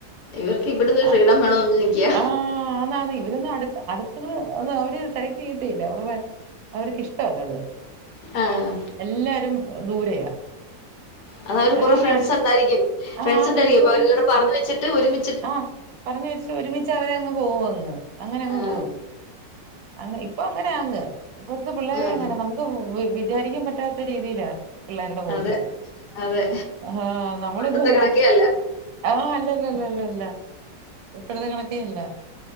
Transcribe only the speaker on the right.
അഹ്‌.
ആഹ് അന്നാന്നേ ഇവരൊന്ന് അടു അടുത്തത് ഒന്ന് അവര് സെലക്ട് ചെയ്യത്തെയില്ല. അവരുടെ അവർക്കിഷ്ടവല്ലത്.
എല്ലാരും ദൂരെയാ
പിന്നെ
അടിച്ച്
ആഹ്
ഫ്രണ്ട്സും
ഉണ്ട്
ആഹ് പറഞ്ഞ വെച്ച് ഒരുമിച്ച് അവരങ്ങ് പോകുവല്ലോ. അങ്ങനെ അങ്ങ്
പോകും. ആഹ് ഇപ്പൊ അങ്ങനെ അങ്ങ് ഇപ്പോടുത്തെ പിള്ളേരെ
അങ്ങനെ നമു ഇപ്പോൾ വിചാരിക്കാൻ പറ്റാത്ത രീതിയില പിള്ളേരുടെ പോക്ക്
<unintelligible>
ആഹ് ഹാ നമ്മള്ന്ന്
ആഹ് അല്ലല്ലല്ലല്ലല്ല. ഇപ്പോഴത്തെ കണക്കേയല്ല.